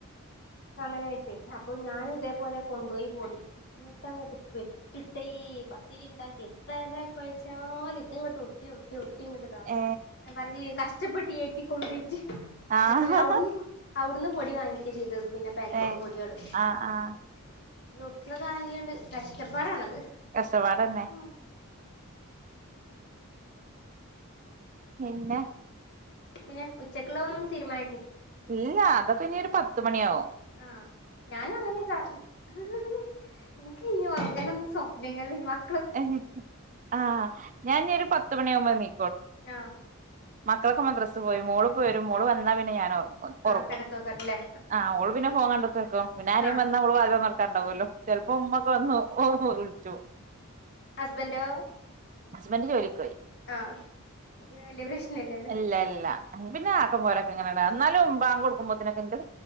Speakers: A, on the left (about 50°); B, on the right (about 35°).
A: അങ്ങനെ <unintelligible> അപ്പൊ ഞാനിതേപോലെ കൊണ്ടോയി പൊടി ഇങ്ങ്ട്ട് അങ്ങട്ട് പെട്ട്ട്ടേയ് പത്തിരി ഇണ്ടാക്കി എത്തര കൊയച്ചാലും ഇത്ങ്ങ്ട്ട് ഒട്ടി ഒട്ടി ഒ ട്ടി ഇങ്ങ്ട്ട്താവും.
B: ഏ
A: ഞാ പറഞ് കഷ് <unintelligible> ഏറ്റി കൊണ്ടേയി <unintelligible> ഇന്നിട്ട്
B: ആഹ്
A: പിന്നെ അവിടുന്ന് അവിടുന്ന് പൊടി വാങ്ങിക്ക ചെയ് <unintelligible> പിന്നെ പാക്കറ്റ്
B: ഏ
A: പൊടീയാണ്
B: ആഹ് ആഹ്
A: നുറുക്കനാണസാധനയൊക്കെയുണ്ട് കഷ്ടപ്പാടാണത്
B: കാസവാട് തന്നെ
A: ഉം
B: പിന്നെ
A: പിന്നെ ഉച്ചക്ക്ള്ളോം തീരുമാ
B: ഇല്ലാ അതൊക് ഇനി ഒരു പത്ത് മണിയാഉ
A: ആഹ് ഞാനും അങ്ങനെ <unintelligible> ഇൻക് ഇനി ഒറങ്ങളലൊ സ്വപ് <unintelligible>
B: എഹ് ആ ഞാൻ നിയൊരു പ ത്ത് മണിയാവുമ്പോ നീ
A: ആഹ്
B: മക്കളൊക്കെ മദ്റസ് പോയി. മോള് പ്പൊ വരും മോള് വന്ന പിന്നെ ഞാന് ഒർ പ്പൊ
A: ആഹ്
B: ഒറങ്ങും
A: കടക്കോക്കറല്ലേ
B: ആഹ് ഓള് പിന്നെ ഫോൺ കണ്ടുത്ത്ർക്കും പിന്നെ അൽപൊറങ്ങു ആ ഓള് പിന്നെ ഫോ കണ്ട്ട്ട് ക്കു പിന്നെ ആരേം
A: ആഹ്
B: വന്നാ ഓള് വാതിൽ തൊർന്നോട്ക്കണ്ടാവോലൊ ചെൽപ്പോ ഉമ്മൊക്കെ വന്ന് <unintelligible> വുൾച്ചും
A: ഹസ്ബന്റോ
B: ഹസ്ബന്റ് ജോലിക്കോയി
A: ആഹ് പ്പൊ പിന്നെ വല്യ പ്രശ്നല്ലെല്ലോ
B: ഇല്ല ഇല്ല പിന്നെ ആക്കം പോലൊക്കെങ്ങനെന്നാ ന്നാലും ബാങ്കൊടുക്കുമ്പോത്തിനൊക്കെ ഇന്റത്